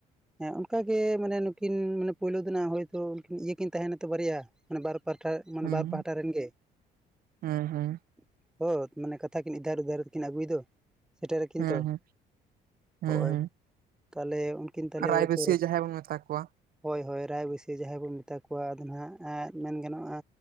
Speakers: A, in the centre; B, on the right.
A: ᱮᱜ ᱚᱱᱠᱟᱜᱮ ᱢᱟᱱᱮ ᱱᱩᱠᱤᱱ ᱢᱟᱱᱮ ᱾ ᱯᱳᱭᱞᱳ ᱫᱚᱱᱟᱜ ᱦᱳᱭᱛᱳ ᱤᱭᱟᱹ ᱠᱤᱱ ᱛᱟᱦᱮᱸ ᱱᱟᱛᱚ ᱵᱟᱨᱭᱟ ᱾ ᱢᱟᱱᱮ ᱵᱟᱨ ᱯᱟᱦᱴᱟ ᱢᱟᱱᱮ
B: ᱦᱮᱸ
A: ᱵᱟᱨ ᱯᱟᱦᱴᱟ ᱨᱮᱱ ᱜᱮ <inaudible> ᱾
B: ᱦᱮᱸ ᱦᱮᱸ ᱦᱮᱸ
A: <unintelligible> ᱢᱟᱱᱮ ᱠᱟᱛᱷᱟ ᱠᱤᱱ ᱤᱫᱷᱟᱨᱼ ᱩᱫᱷᱟᱨ ᱛᱮᱠᱤᱱ ᱟᱹᱜᱩᱭ ᱫᱚ ᱥᱮᱴᱮᱨ ᱨᱟᱠᱤᱱ
B: ᱦᱮᱸ
A: ᱛᱚ ᱾
B: ᱦᱮᱸ
A: ᱦᱚᱜ-ᱚᱭ
B: ᱦᱮᱸ
A: ᱛᱟᱦᱞᱮ ᱩᱱᱠᱤᱱ ᱛᱟᱦᱞᱮ
B: ᱨᱟᱭᱵᱟᱹᱥᱭᱟᱹ
A: ᱦᱳᱭ ᱛᱳ
B: ᱡᱟᱦᱟᱸᱭ ᱵᱚᱱ ᱢᱮᱛᱟ
A: ᱾
B: ᱠᱚᱣᱟ
A: ᱦᱳᱭ ᱦᱳᱭ ᱨᱟᱭᱵᱟᱹᱥᱤᱭᱟᱹ ᱡᱟᱦᱟᱸᱭ ᱠᱚ ᱢᱮᱛᱟ ᱠᱚᱣᱟ ᱟᱫᱚ ᱱᱟᱦᱟᱜ ᱮᱜ ᱢᱮᱱ ᱜᱟᱱᱚᱜ-ᱟ